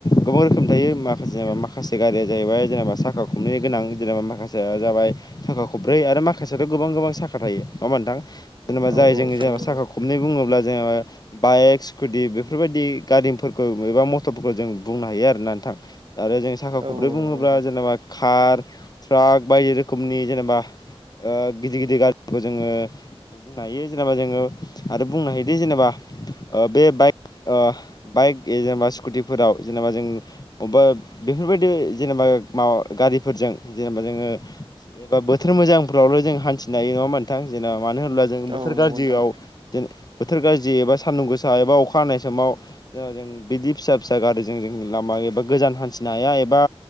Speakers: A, on the left; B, on the right.
A: गोबां रोखोमनि थायो माखासे जेनेबा माखासे गारिया जाहैबाय जेनेबा साखा खमनै। गोनां जेनेबा माखासेया जाबाय थाखा खब्रै आरो माखासेयाथ' गोबां गोबां साखा थायो नङा होमबा ओनथां? जेनेबा
B: औ
A: जाय जों
B: औ
A: जेनेबा
B: दायो नंगौ
A: साखा खबनै बुङोब्ला जोहा। बाइक स्कुटि बेफोरबायदि गारिफोरखौ एबा मटरफोरखौ जों बुंनो हायो आरोना नोंथां। आरो जों साखा
B: औ
A: खब्रै
B: औ
A: बुङोब्ला
B: नंगौ नोंथां
A: जेनेबा कार ट्राक बायदि रोखोमनि जेनेबा। ओ गिदिर गिदिर गाज्रिखौ जोङो ओ बुंनो हायो जेनेबा जोङो आरो बुंनो हायोदि जेनेबा। ओ बे बाइक ओ बाइक जेनेबा स्कुटिफोराव। जेनेबा जों बबेबा बेफोरबायदि जेनेबा माबा गारिफोरजों। जेनेबा जोङो एबा बोथोर मोजांफोरावल' जों हान्थिनो हायो नङा होमबा ओनथां जेन। मानो होनब्ला जों बोथोर
B: औ नंगौ
A: गाज्रियाव
B: नोंथां
A: जोंं। बोथोर गाज्रि एबा सानदुं गोसा एबा अखा हानाय समाव जों बिदि फिसा फिसा गारजों जों। लामा एबा गोजान हान्थिनो हाया एबा